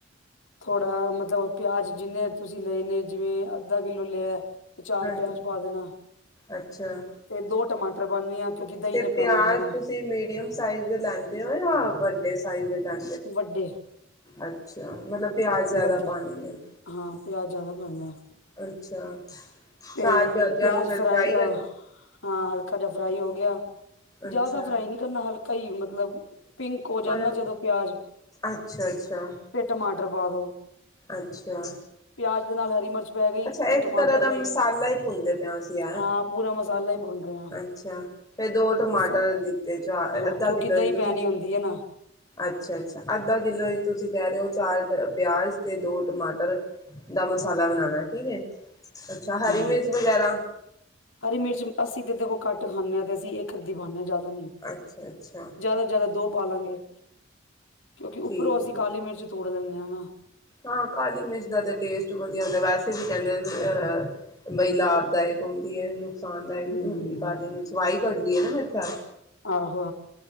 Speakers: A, on the left; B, on the left.
A: ਥੋੜ੍ਹਾ ਮਤਲਬ ਪਿਆਜ ਜਿੰਨੇ ਤੁਸੀਂ ਲਏ ਨੇ ਜਿਵੇਂ ਅੱਧਾ ਕਿੱਲੋ ਲਿਆ। ਤੇ ਚਾਰ
B: ਹਾਂਜੀ
A: ਪਿਆਜ ਪਾ ਦੇਣਾ
B: ਅੱਛਾ
A: ਤੇ ਦੋ ਟਮਾਟਰ ਪਾਨੀ ਆ। ਕਿਉਂਕਿ ਦਹੀਂ
B: ਤੇ ਪਿਆਜ਼
A: ਨੇ ਪੈਣਾ ਹੁੰਦਾ ਨਾ
B: ਤੁਸੀਂ ਮੀਡੀਅਮ ਸਾਈਜ਼ ਦੇ ਲੈਂਦੇ ਓ ਜਾਂ ਵੱਡੇ ਸਾਈਜ਼ ਦੇ ਲੈਂ
A: ਵੱਡੇ
B: ਅੱਛਾ ਮਤਲਬ ਪਿਆਜ ਜਿਆਦਾ
A: ਵੱਡੇ
B: ਪਾਨੇ ਨੇ।
A: ਹਾਂ ਪਿਆਜ਼ ਜਿਆਦਾ ਪਾਨੇ ਆ।
B: ਅੱਛਾ,
A: ਤੇ
B: ਚਾਰ ਪਿਆਜਾਂ
A: ਪਿਆਜ
B: ਨੂੰ ਫੇਰ ਫਰਾਈ
A: ਅ
B: ਕਰਨਾ।
A: ਹਾਂ, ਹਲਕਾ ਜਾ ਫਰਾਈ ਹੋ ਗਿਆ
B: ਅੱਛਾ
A: ਜਿਆਦਾ ਫਰਾਈ ਨੀ ਕਰਨਾ ਹਲਕਾ ਈ ਮਤਲਬ। ਪਿੰਕ ਹੋ ਜਾਣ
B: ਮਤਲਬ
A: ਨਾ ਜਦੋ ਪਿਆਜ
B: ਅੱਛਾ ਅੱਛਾ
A: ਫਿਰ ਟਮਾਟਰ ਪਾ ਦੋ-
B: ਅੱਛਾ
A: ਪਿਆਜ ਦੇ ਨਾਲ ਹਰੀ ਮਿਰਚ ਪੈ ਗਈ
B: ਅਛਾ ਇਕ
A: ਤੇ ਟਮਾਟਰ
B: ਤਰ੍ਹਾਂ ਦਾ
A: ਪੈ
B: ਮਸਾਲਾ
A: ਗਏ
B: ਈ ਭੁੰਣਦਾ ਪਿਆ ਕਿਆ
A: ਹਾਂ ਪੂਰਾ ਮਸਾਲਾ ਹੀ ਭੁੰਨ ਰਹੇ ਹਾਂ
B: ਅੱਛਾ ਤੇ ਦੋ ਟਮਾਟਰ
A: ਮਸਾਲਾ
B: ਦਿਤੇ ਚਾਅ
A: ਹਾਂ
B: ਅੱਧਾ
A: ਕਿਉਂਕਿ
B: ਕਿਲੋ
A: ਦਹੀਂ
B: ਲਾਇ ਤੇ
A: ਪੈਣੀ
B: ਥੀ
A: ਹੁੰਦੀ ਹੈ ਨਾ
B: ਅਛਾ ਅਛਾ ਅੱਧਾ ਕਿਲੋ ਤੁਸੀ ਕਹਿ ਰਹੇ ਓ ਚਾਰ ਪਿਆਜ ਤੇ ਦੋ ਟਮਾਟਰ ਦਾ ਮਸਾਲਾ
A: ਹਮ
B: ਬਣਾਣਾ ਠੀਕ ਹੈ ਅੱਛਾ ਹਰੀ ਮਿਰਚ
A: ਹਮ
B: ਵਗੈਰਾ
A: ਹਰੀ ਮਿਰਚ ਅਸੀ ਤੇ ਦੇਖੋ ਘੱਟ ਖਾਂਨੇ ਆ ਤੇ ਅਸੀ ਇਹ ਅੱਧੀ ਪਾਣੀ ਆ ਜਿਆ ਹਨੀ ਈ
B: ਅੱਛਾ ਅੱਛਾ
A: ਜਾਦਾ ਤੋ ਜਾਦਾ ਦੋ ਪਾਲਾਗੇ ਕਿਉਕਿ
B: ਠੀਕ
A: ਉਪਰੋ ਅਸੀ
B: ਹੈ ਠੀਕ
A: ਕਾਲੀ ਮਿਰਚ ਤੋੜ ਲੈਣੇ ਆ ਨਾ
B: ਹਾਂ ਕਾਲੀ ਮਿਰਚ ਦਾ ਤੇ ਟੇਸਟ ਵਧੀਆ ਹੁੰਦਾ ਵੈਸੇ ਵੀ ਕਹਿਦੇ ਅਹ ਬਈ ਲਾਭਦਾਇਕ ਹੁੰਦੀ ਐ ਨੁਕਸਾਨ ਦਾਇਕ
A: ਹਮ
B: ਨਹੀ ਹੁੰਦੀ ਕਾਲੀ ਮਿਰਚ ਵਾਈ ਕੱਢਦੀ ਐ ਨਾ ਮੇਰੇ ਖਿਆਲ-
A: ਆਹੋ ਆਹੋ